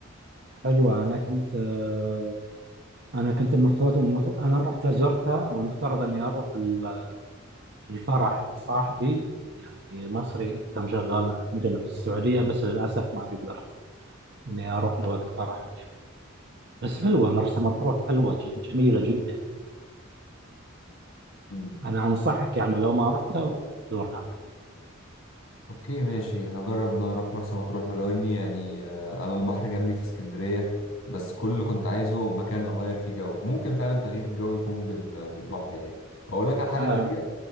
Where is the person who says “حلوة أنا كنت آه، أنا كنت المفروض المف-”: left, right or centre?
Right